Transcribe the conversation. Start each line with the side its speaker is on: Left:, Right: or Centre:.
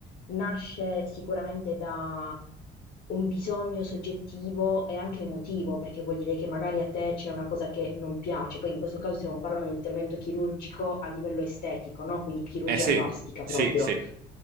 Left: nasce sicuramente da un bisogno soggettivo e anche emotivo, perché vuol dire che magari a te c'è una cosa che non piace. Poi in questo caso stiamo parlando di un intervento chirurgico a livello estetico, no? Quindi chirurgia
Right: Eh sì,
Left: plastica proprio.
Right: sì, sì,